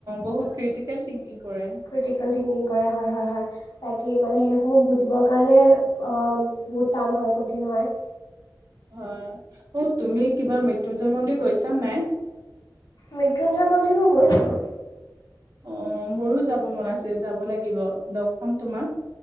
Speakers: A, on the right; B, on the left.
A: বহুত ক্ৰিটিকেল থিংকিং। কৰে।
B: ক্ৰিটিকেল থিংকিং কৰে হয় হয় হয় তাকে মানে সেইসমূহ বুজিব মানে অ বহুত টান হয় কঠিন হয়।
A: হয়, অ তুমি কিবা মৃত্যুঞ্জয় মন্দিৰ গৈছা নাই?
B: মৃত্যুঞ্জয় মন্দিৰ মই গৈছোঁ।
A: অ মোৰো যাব মন আছে যাব লাগিব লগ পাম তোমাক।